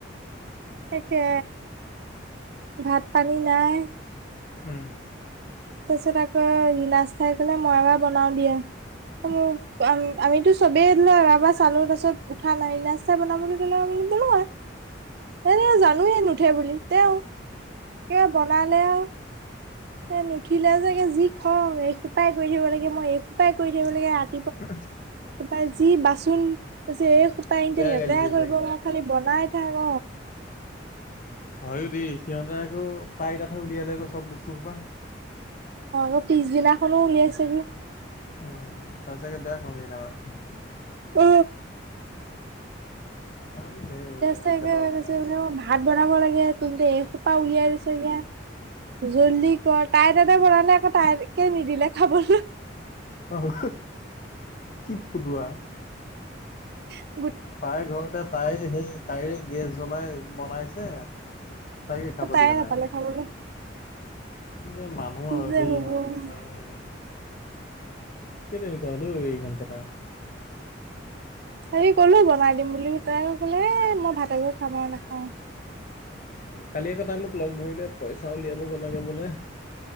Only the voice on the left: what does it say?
উম
উ
বেয়া
গালি দিয়ে
চাগে
হয়ো দেই সিহঁতে আকৌ তাইৰ তথা উলিয়ালে আকৌ চব বস্তু সোপা
উম তাৰপিছাগে বেয়া কগ নামাৰ
হয় দে ইহঁতকেইটা
মানে
আহ কি ফুটোৱাা
তাই ঘৰতে তাই সেই তাইৰে গেছ জ্বলাই বনাইছে তকে খাব
দিয়া
নাই
যে মানুহ
আৰু
দেই
ইহঁতৰ তাৰ তেেই তেনেিুৱা হ'লো এইখন কটা
কালি এককটাই মোক লগ ধৰিলে পইচা উলিয়াব গ লাগে বোলে